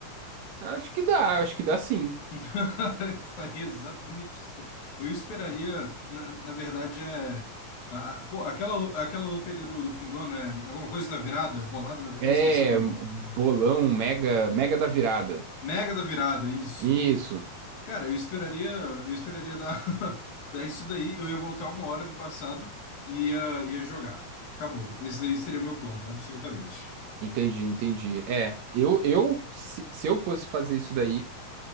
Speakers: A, on the right; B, on the left.
A: Acho que dá, acho que dá sim.
B: <laughs> Eu faria exatamente isso. Eu esperaria, na, na verdade, é. a- a- pô, aquela, aquela loteria do, do fim do ano é alguma coisa da virada, bolada da virada,
A: É
B: eu esqueci o nome.
A: um bolão, mega, mega da virada.
B: Mega da virada, isso.
A: Isso.
B: Cara, eu esperaria, eu esperaria dar, <laughs> dar isso daí, eu ia voltar uma hora do passado e ia, ia jogar. Acabou. Esse daí seria o meu plano, absolutamente.
A: Entendi, entendi. É, eu, eu se, se eu fosse fazer isso daí,